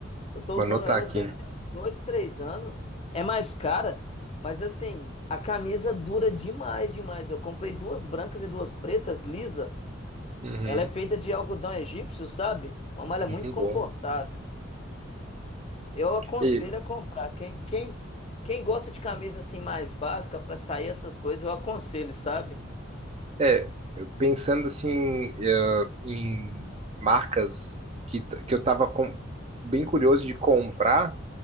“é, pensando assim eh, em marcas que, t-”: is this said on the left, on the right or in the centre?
Right